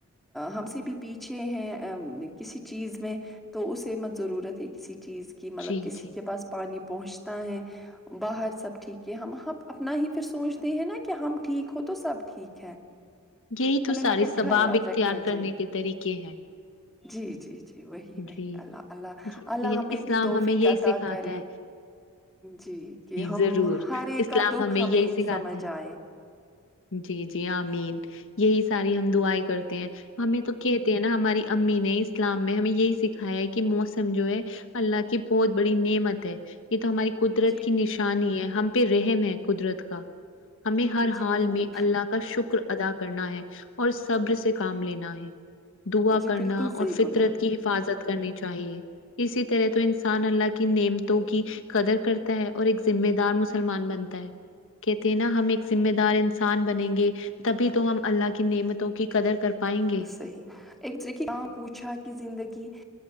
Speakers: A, in the centre; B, on the left.
A: ہم سے بھی پیچھے ہیں کسی چیز میں تو اسے مت ضرورت ہے کسی چیز کی مطلب
B: جی،
A: کسی
B: جی۔
A: کے پاس پانی پہنچتا ہے باہر سب ٹھیک ہے ہم ہم اپنا ہی پھر سوچتے ہیں ناں کہ ہم ٹھیک ہوں تو سب ٹھیک ہے
B: یہی تو
A: ہمیں
B: سارے
A: مگر
B: ثباب
A: خیال
B: اختیار
A: رکھنا
B: کرنے
A: چاہیے
B: کے طریقے ہیں
A: جی جی جی وہی وہی
B: جی،
A: اللہ اللہ
B: یہ
A: اللہ
B: یعنی
A: میں
B: اسلام
A: اتنی توفق
B: ہمیں یہی
A: عطا
B: سکھاتا
A: کرے
B: ہے۔
A: جی کہ ہم
B: ضرور
A: ہر ایک
B: اسلام
A: کا دکھ ہمیں
B: یہی سکھاتا
A: سمجھ
B: ہے
A: آئے
B: جی جی آمین یہی ساری ہم دعائے کرتے ہیں ہمیں تو کہتے ہیں نا ہماری امی نے اسلام میں ہمیں یہی سکھایا ہے کہ موسم جو ہے اللہ کی بہت بڑی نعمت ہے یہ تو ہماری قدرت
A: جی
B: کی
A: بالکل
B: نشانی ہے ہم پہ رحم ہے قدرت کا ہمیں ہر
A: جی
B: حال
A: ہاں
B: میں اللہ لا کا شکر ادا کرنا ہے اور صبر سے کام لینا ہے دعا
A: جی
B: کرنا
A: بالکل
B: اور
A: صحیح
B: فطرت
A: بولا آپ
B: کی حفاظت کرنی چاہیے اسی طرح تو انسان اللہ کی نعمتوں کی قدر کرتا ہے اور ایک ذمہ دار مسلمان بنتا ہے کہتے ہیں نا ہم ایک ذمے دار دار انسان بنیں گے تبھی تو ہم اللہ کی نعمتوں کی قدر کر پائیں
A: بالکل
B: گے
A: صحیح ایک جگہ پوچھا کہ زندگی